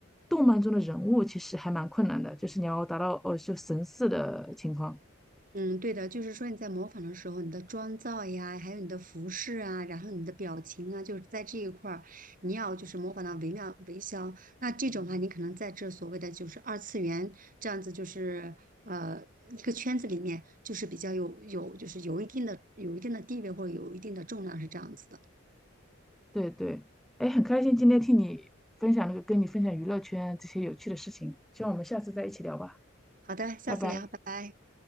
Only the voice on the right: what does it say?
嗯，对的，就是说你在模仿的时候，你的妆造呀，还有你的服饰啊，然后你的表情啊，就是在这一块儿，你要就是模仿到惟妙惟肖。那这种的话，你可能在这所谓的就是二次元这样子，就是呃一个圈子里面，就是比较有有就是有一定的有一定的地位或者有一定的重量是这样子的。
好的，下次聊，
拜拜。